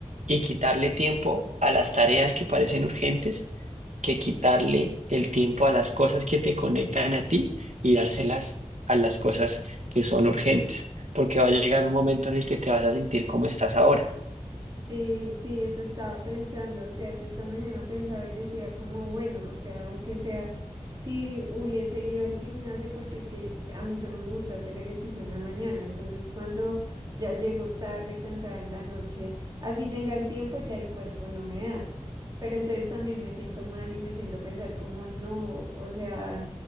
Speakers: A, on the right (about 80°); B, on the right (about 35°).
A: y quitarle tiempo a las tareas que parecen urgentes que quitarle el tiempo a las cosas que te conectan a ti y dárselas a las cosas que son urgentes, porque va a llegar un momento en el que te vas a sentir como estás ahora
B: Sí, sí, eso estaba pensando, o sea, yo esta mañana pensaba y decía como, bueno, o sea, aunque sea, si hubiese ido al gimnasio, porque es que a mí solo me gusta hacer ejercicio en la mañana, entonces cuando ya llego tarde, cansada en la noche, así tenga el tiempo, ya el cuerpo no me da, pero entonces también me siento mal y me siento pensar como, no, o sea...